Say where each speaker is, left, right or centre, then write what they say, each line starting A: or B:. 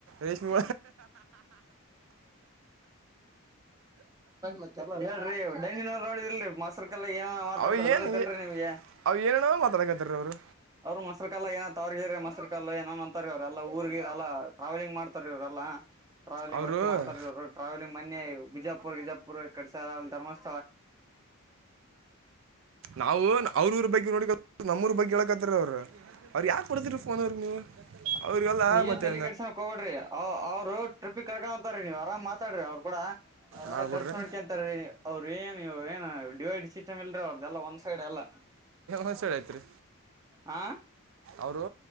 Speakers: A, on the right; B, on the right.
A: ರೇಷ್ಮೆ
B: ಮತ್ತ ಹೇಳರಿ ಡಂಡಿನವ್ ನೋಡಿದಿಲ್ರಿ ಮಸರ್ಕಲ್ಲ ಏನ ಮಾತಾಡ್ತಾರ
A: ಅವು ಏನು
B: ಗೊತ್ತಲ್ರಿ ನಿಮಗೆ
A: ಅವು ಏನ ಮಾತಾಡಕತ್ತಾರ ಅವರು
B: ಅವ್ರ ಮೊರು ಕಲ್ಲ ಏೋ ತವರ್ಗಿದ್ರ ಮೊಸ ಕಾಲ್ಲ ಏನನ್ ಅಂತಾರೆರಿ ಅವ್ರಲ್ಲ ಊರ್ಗಿರಲ್ಲಾ ಟ್ರಾವೆಲಿಂಗ್ ಮಾಡ್ತಾರೆ ಇವ್ರಲ್ಲ ಟ್ರಾವೆಲಿಂಗ್
A: ಅವರು
B: ಹೊತ್ತಿ ಮಾಡ್ತಾರಲ್ರು ಟ್ರಾವೆಲಿಂಗ್ ಮಿ ಬಿಜಾಪುರ್ ಬಿಜಾಪುರ್ ಕಸ ಧರ್ಸ್ಥ
A: ನಾವು ಅವ್ರೂ್ರ ಬಗ್ಗೆ ನೋಡ ನಮ್ಮೂ್ರ ಬಗ್ಗೆ ಹೇಳಕತ್ತಾರ ಅವ್ರು ಅವ್ರು ಯಾಕೆ ಕೊಡ್ತೀರಿ ಫೋನ್ ಅವ್ರಿಗೆ ನೀವು ಅವ್ರಿಗೆಲ್ಲ
B: ನೀ ಏನ್
A: ಮತ್ತೆ
B: ತಲಿ ಕೆಡ್ಸ ಕಡ್ರಿ ಅವ್ರು ಟ್ರಿಪ್ಗೆ ಕರ್ಕೊಂತಾರೀ ನೀವ್ರಾಮ ಮಾತಾಡ್ರಿ ಅವ್ರು ಕೂಡ ಅವ್ರೆಲ್ಲಾ
A: ನಾನು
B: ಕರ್
A: ಬಿಡ್ರಿ
B: ನೋಡ್ಕೊ ಅಂತಾರ ರೀ ನೀ ಅವರು ಏನು ಏನು ಡಿವೈಡ್ ಸಿಸ್ಟಮ್ ಇಲ್ರೀ ಅವ್ರ್ದಲ್ಲ ಒ್ ಸೈಡ್ ಎಲ್ಲಾ
A: ಹೊಸ ಹೇಳ ಐತ್ರಿ
B: ಹಾ
A: ಅವ್ರು